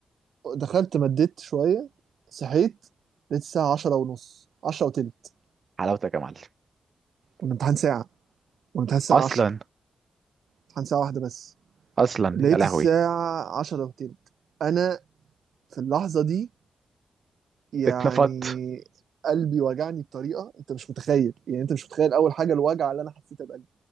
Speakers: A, on the right; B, on the right.
A: دخلت مديت شوية صحيت لقيت الساعة عشرة ونص عشرة وتلت
B: حلاوتك يا معلم
A: والامتحان ساعة والامتحان الساعة
B: أصلا
A: عشرة امتحان ساعة واحدة بس
B: أصلا
A: لقيت
B: يا لهوي
A: الساعة عشرة وتلت أنا في اللحظة دي يعني
B: اتنفضت
A: قلبي وجعني بطريقة أنت مش متخيل يعني أنت مش متخيل أول حاجة الوجع اللي أنا حسيتها بقلبي